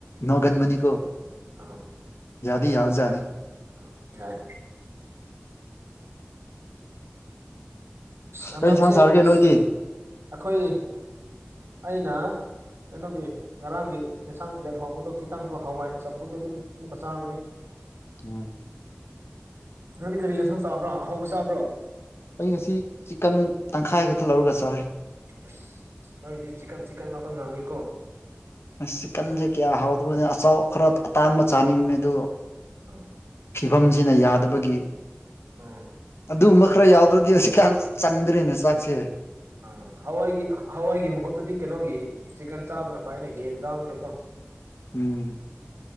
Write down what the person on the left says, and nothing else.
ꯅꯒꯟꯃꯅꯤ
ꯌꯥꯗꯤ ꯌꯥꯎꯖꯥꯅꯤ
ꯀꯩ ꯏꯟꯁꯥꯡ ꯆꯥꯔꯒꯦ
ꯅꯣꯏꯗꯤ
ꯑꯣ
ꯑꯩ ꯉꯁꯤ ꯆꯤꯛꯀꯟ ꯇꯪꯈꯥꯏ ꯈꯛꯇ ꯂꯧꯔꯒ ꯆꯥꯔꯦ
ꯑꯥꯁ ꯆꯤꯛꯀꯟꯁꯤ ꯀꯌꯥ ꯍꯥꯎꯗꯕꯅꯤ ꯑꯆꯥꯎ ꯈꯔ ꯑꯇꯥꯡꯕ ꯆꯥꯅꯤꯡꯕꯅꯤ ꯑꯗꯨꯗꯣ
ꯐꯤꯕꯝꯁꯤꯅ ꯌꯥꯗꯕꯒꯤ ꯅꯤ
ꯑꯗꯨꯒꯨꯝꯕ ꯈꯔ ꯌꯥꯎꯗ꯭ꯔꯗꯤ ꯍꯧꯖꯤꯛ ꯀꯥꯟ ꯆꯪꯗ꯭ꯔꯦꯅꯦ ꯆꯥꯛꯁꯦ
ꯎꯝꯝ